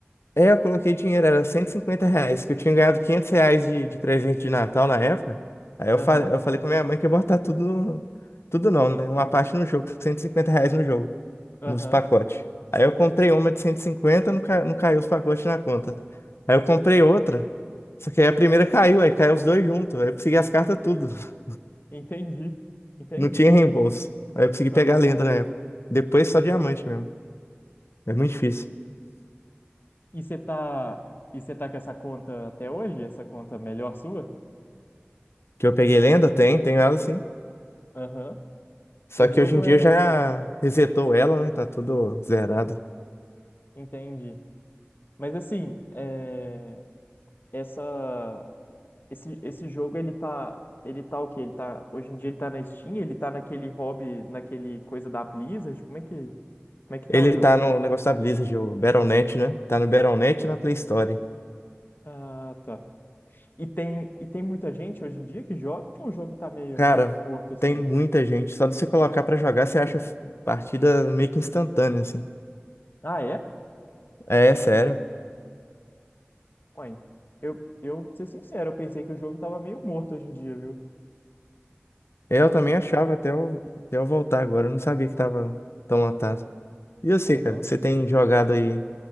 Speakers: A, on the left; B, on the left.
A: É, eu coloquei dinheiro, era 150 reais, que eu tinha ganhado 500 reais de, de presente de Natal na época. Aí eu,
B: Aham,
A: fa eu falei com minha mãe que ia botar tudo, no- tudo não, né? Uma parte no jogo, 150 reais no jogo,
B: aham,
A: nos pacotes. Aí eu comprei uma de 150, não, ca não caiu os pacotes na conta. Aí eu comprei outra, só que aí a primeira caiu, aí caiu os dois juntos, aí eu consegui as cartas tudo, <laughs>
B: entendi, entendi.
A: não tinha reembolso. Aí eu consegui
B: Aham.
A: pegar a lenda na época. Depois só diamante mesmo, é muito difícil.
B: E você tá, e você tá com essa conta até hoje? Essa conta melhor sua?
A: Que eu peguei lenda? Tem, tenho ela sim.
B: Aham.
A: Só
B: O jogo
A: que hoje em dia
B: é,
A: já resetou ela, né? Tá tudo zerado.
B: entendi. Mas assim, é, essa Esse, esse jogo, ele tá. Ele tá o quê? Ele tá. Hoje em dia ele tá na Steam, ele tá naquele hobby, naquele coisa da Blizzard. Como é que. Como é que tá
A: Ele
B: o jogo?
A: tá no negócio da Blizzard, o Battle.net, né? Tá no Battle.net e na Play Store.
B: Ah, tá. E tem, e tem muita gente hoje em dia que joga ou o jogo tá meio,
A: Cara,
B: tipo, que morto assim?
A: tem muita gente. Só de você colocar pra jogar, você acha partida meio que instantânea, assim.
B: Ah, é?
A: É, sério.
B: Ué, eu, eu, pra ser sincero, eu pensei que o jogo tava meio morto hoje em dia, viu?
A: Eu também achava até eu, até eu voltar agora. Eu não sabia que tava tão lotado. E eu sei,
B: Aham.
A: cara, que você tem jogado aí